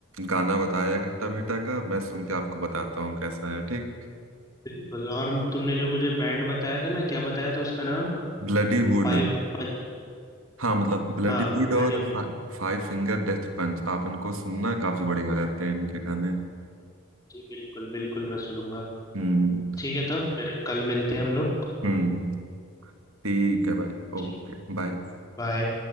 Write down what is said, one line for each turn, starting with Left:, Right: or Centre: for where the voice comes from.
Right: गाना बताया खट्टा मीठा का मैं सुन के आपको बताता हूँ कैसा है ठीक
Left: बिल्कुल और तुमने जो मुझे बैंड बताया था ना क्या बताया था उसका नाम
Right: Bloody would
Left: फाइव पंच
Right: हाँ मतलब ब्लडी
Left: हाँ
Right: वुड
Left: ब्लडी
Right: और फा, फाइव फिंगर डेथ पंच आप इनको सुनना काफी बढ़िया रहते हैं इनके गाने
Left: जी बिल्कुल बिल्कुल मैं सुनूंगा
Right: हम्म
Left: ठीक है तब फिर कल मिलते हैं हम लोग
Right: हम्म ठीक है भाई
Left: ठीक,
Right: Okay bye
Left: बाय